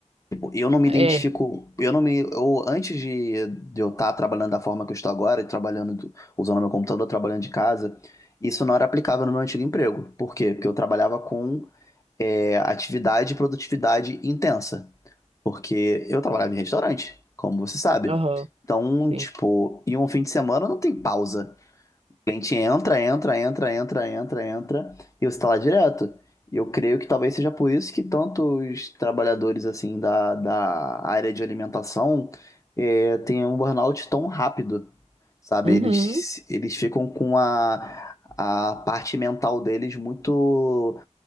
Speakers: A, on the left (about 25°); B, on the right (about 50°).
A: Eu não me
B: É,
A: identifico, eu não me, eu, antes de, de eu estar trabalhando da forma que eu estou agora, e trabalhando, do- usando meu computador, trabalhando de casa, isso não era aplicável no meu antigo emprego. Por quê? Porque eu trabalhava com é, atividade e produtividade intensa, porque eu trabalhava em restaurante, como você sabe.
B: aham,
A: Então,
B: sim.
A: tipo, em um fim de semana não tem pausa cliente entra, entra, entra, entra, entra, entra, e você está lá direto. E eu creio que talvez seja por isso que tantos trabalhadores assim da, da área de alimentação eh, têm um burnout tão rápido, sabe?
B: Uhum,
A: Eles, eles ficam com a, a parte mental deles muito,